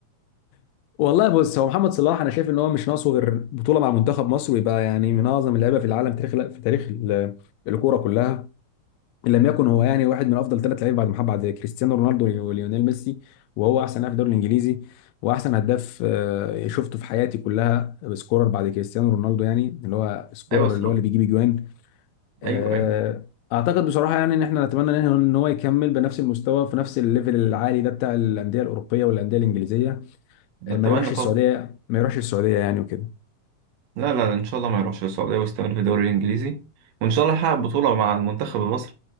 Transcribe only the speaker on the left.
<laughs> والله بص هو محمد صلاح انا شايف ان هو مش ناقصه غير بطوله مع منتخب مصر ويبقى يعني من اعظم اللعيبه في العالم تاريخ في تاريخ ال- الكوره كلها ان لم يكن هو يعني واحد من افضل ثلاث لعيبه بعد محمد بعد كريستيانو رونالدو وليونيل ميسي وهو احسن لاعب في الدوري الانجليزي واحسن هداف آه، شفته في حياتي كلها سكورر بعد كريستيانو رونالدو يعني اللي هو سكورر
اللي هو اللي بيجيب اجوان آه،
اعتقد بصراحه يعني ان احنا نتمنى ان إن هو يكمل بنفس المستوى في نفس الليفل العالي ده بتاع الانديه الاوروبيه والانديه الانجليزيه آه،
ما يروحش
السعوديه ما يروحش السعوديه يعني وكده